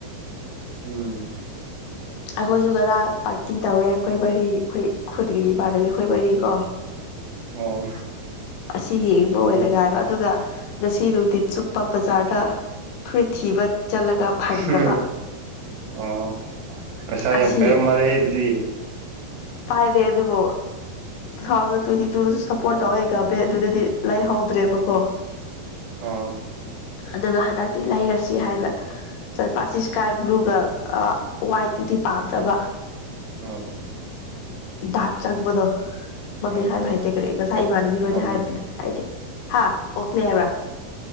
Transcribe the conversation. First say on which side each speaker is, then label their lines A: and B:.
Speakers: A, on the right; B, on the left.
A: ꯎꯝ
B: ꯑꯩꯈꯣꯏꯁꯨ ꯔꯥꯡ ꯄꯥꯔꯇꯤ ꯇꯧꯋꯦ ꯑꯩꯈꯣꯏ ꯃꯔꯤ ꯑꯩꯈꯣꯏ ꯈꯨꯟꯒꯤ ꯏꯃꯥꯟꯅꯕꯤ ꯑꯩꯈꯣꯏ ꯃꯔꯤ ꯀꯣ
A: ꯑꯣ
B: ꯑꯁꯤ ꯌꯦꯡꯕ
A: ꯂꯩꯌꯦ
B: ꯑꯣꯏꯗꯒ ꯍꯥꯏꯕ ꯑꯗꯨꯒ ꯉꯁꯤꯗꯨꯗꯤ ꯆꯨꯞꯄ ꯕꯖꯥꯔꯗ ꯐꯨꯔꯤꯠ ꯊꯤꯕ ꯆꯠꯂꯒ ꯐꯪꯗꯕ
A: ꯍꯝ ꯑꯣ ꯄꯩꯁꯥ
B: ꯑꯁꯤ
A: ꯌꯥꯝ ꯄꯥꯏꯔꯝ ꯃꯥꯜꯂꯦ ꯑꯗꯨꯗꯤ
B: ꯄꯥꯏꯗꯦ ꯑꯗꯨꯕꯨ ꯇꯨ ꯊꯥꯎꯖꯟ ꯇ꯭ꯋꯦꯟꯇꯤ ꯇꯨꯗꯁꯨ ꯁꯞꯄꯣꯔꯠ ꯇꯧꯋꯦ ꯒꯥꯕꯦ ꯑꯗꯨꯗꯗꯤ ꯂꯩꯍꯧꯗ꯭ꯔꯦꯕꯀꯣ
A: ꯑꯣ
B: ꯑꯗꯨꯒ ꯍꯟꯗꯛꯇꯤ ꯂꯩꯔꯁꯤ ꯍꯥꯏꯅ ꯆꯠꯄꯁꯤ ꯏꯁꯀꯥꯏ ꯕ꯭ꯂꯨꯒ ꯑ ꯋꯥꯏꯠꯇꯨꯗꯤ ꯄꯥꯝꯗꯕ
A: ꯑꯥ
B: ꯗꯥꯛ ꯆ ꯃꯗ ꯃꯃꯤꯡ
A: ꯑꯣ
B: ꯍꯥꯏꯕ
A: ꯍꯣꯏ
B: ꯍꯥꯏꯇꯦ
A: ꯍꯣꯏ
B: ꯀꯔꯤ ꯉꯁꯥꯏ ꯏꯃꯥꯟꯅꯕꯤ ꯍꯣꯏꯗꯤ
A: ꯃꯝꯕꯗꯣ
B: ꯍꯥꯏꯕꯅꯦ ꯑꯩꯗꯤ ꯍꯥ ꯑꯣꯛꯂꯦ ꯍꯥꯏꯕ꯭ꯔꯥ